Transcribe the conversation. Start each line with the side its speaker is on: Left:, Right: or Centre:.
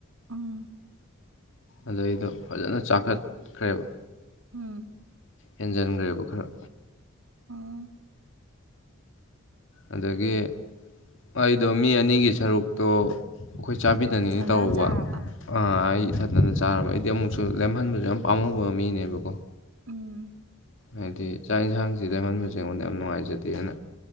Right: ꯎꯝ
Left: ꯑꯗ ꯑꯩꯗꯣ ꯐꯖꯅ ꯆꯥꯎꯥꯈꯠꯈ꯭ꯔꯦꯕ
Right: ꯎꯝ
Left: ꯍꯦꯟꯖꯟꯈ꯭ꯔꯦꯕ ꯈꯔ
Right: ꯑꯣ
Left: ꯑꯗꯒꯤ ꯑꯩꯗꯣ ꯃꯤ ꯑꯅꯤꯒꯤ ꯁꯔꯨꯛꯇꯣ ꯑꯈꯣꯏ ꯆꯥꯕꯤꯗꯅꯤꯅ
Right: ꯅꯊꯟꯗꯅ
Left: ꯇꯧꯕ
Right: ꯆꯥꯔꯕ
Left: ꯑꯥ ꯑꯩ ꯏꯊꯟꯗꯅ ꯆꯥꯔꯕ ꯑꯩꯗꯤ ꯑꯃꯨꯛꯁꯨ ꯂꯦꯝꯍꯟꯕꯁꯨ ꯌꯥꯝ ꯄꯥꯝꯃꯨꯕ ꯃꯤꯅꯦꯕꯀꯣ
Right: ꯎꯝ
Left: ꯍꯥꯏꯗꯤ ꯆꯥꯛ ꯌꯦꯟꯁꯥꯡꯁꯤꯗ ꯂꯦꯝꯍꯟꯕꯁꯤ ꯑꯩꯉꯣꯟꯗ ꯌꯥꯝ ꯅꯨꯡꯉꯥꯏꯖꯗꯦꯅ